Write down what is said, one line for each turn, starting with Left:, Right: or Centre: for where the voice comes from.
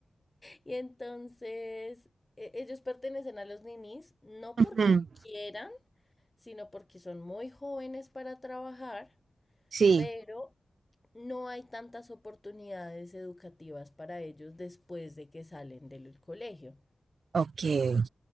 Left: Y entonces e- ellos pertenecen a los ninis no
Right: Ujú.
Left: porque quieran, sino porque son muy jóvenes para trabajar,
Right: Sí,
Left: pero no hay tantas oportunidades educativas para ellos después de que salen del colegio.
Right: ok.